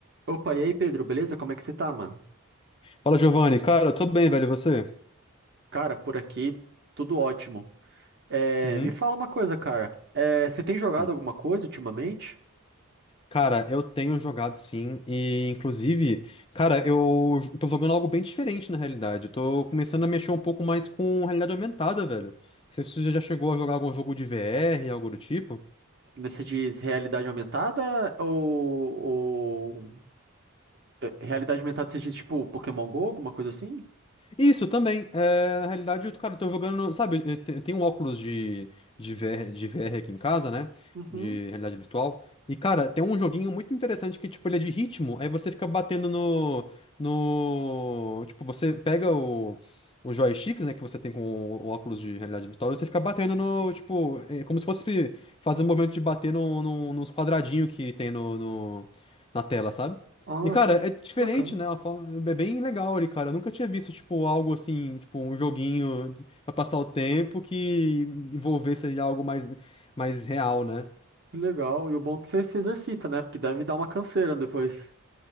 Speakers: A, on the right; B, on the left.
A: Opa, e aí, Pedro, beleza? Como é que você tá, mano?
B: Fala, Giovanni. Cara, eu tô bem, velho. E você?
A: Cara, por aqui, tudo ótimo. É,
B: Uhum.
A: me fala uma coisa, cara. É, você tem jogado
B: Hum.
A: alguma coisa ultimamente?
B: Cara, eu tenho jogado sim, e inclusive, cara, eu tô jogando algo bem diferente na realidade. Eu tô começando a mexer um pouco mais com realidade aumentada, velho. Não sei se você já chegou a jogar algum jogo de VR, algo do tipo.
A: Você diz realidade aumentada ou, ou- é, realidade aumentada você diz tipo Pokémon Go, alguma coisa assim?
B: Isso também. É, na realidade, eu, cara, eu tô jogando. Sabe, eu te- eu tenho um óculos de, de VR, de VR aqui em casa, né?
A: Uhum.
B: De realidade virtual. E, cara, tem um joguinho muito interessante que, tipo, ele é de ritmo. Aí você fica batendo no. No. Tipo, você pega o. Os joysticks, né, que você tem com o, o óculos de realidade virtual, e você fica batendo no, tipo, é como se fosse fazer um movimento de bater no, no- nos quadradinhos que tem no, no- na tela, sabe?
A: Ah,
B: E, cara,
A: que,
B: é diferente,
A: que bacana.
B: né? Uma forma- É bem legal ali, cara. Eu nunca tinha visto, tipo, algo assim, tipo, um joguinho pra passar o tempo que envolvesse ali algo mais, mais real, né?
A: Que legal. E o bom é que você se exercita, né? Porque deve dar uma canseira depois.